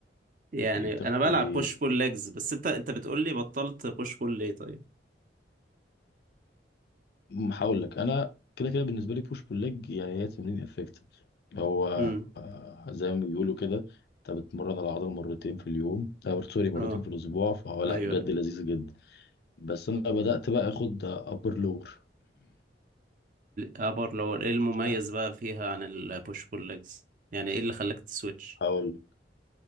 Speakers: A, on the right; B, on the left.
A: يعني
B: ايه بتاخد
A: انا بلعب
B: ايه؟
A: بوش بول ليجز بس انت انت بتقولي بطلت بوش بول ليه طيب
B: أمم، هقول لك انا كده كده بالنسبة لي بوش بول ليج يعني هي تمرين افكتيف هو
A: امم
B: زي ما بيقولوا كده انت بتمرن العضله مرتين في اليوم آه، سوري مرتين
A: اه
B: في الاسبوع فهو لا
A: ايوه
B: بجد لذيذ جدا بس انا بدأت بقى اخد ابر لور
A: ابر لور ايه المميز
B: <clears throat>
A: بقى فيها عن البوش بول ليجز يعني ايه اللي خلاك تسويتش
B: هقول